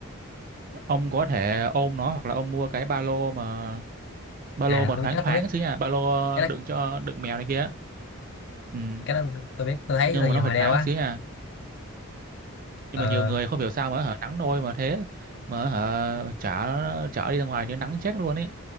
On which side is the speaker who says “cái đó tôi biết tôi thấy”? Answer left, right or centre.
Left